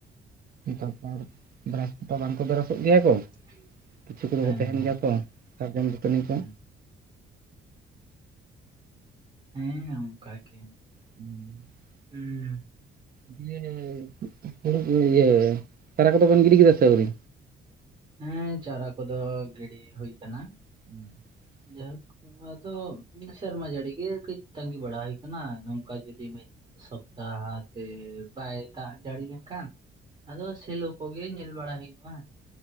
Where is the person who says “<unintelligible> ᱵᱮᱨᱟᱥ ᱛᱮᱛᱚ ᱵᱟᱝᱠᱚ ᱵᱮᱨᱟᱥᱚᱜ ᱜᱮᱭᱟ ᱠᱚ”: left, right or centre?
Right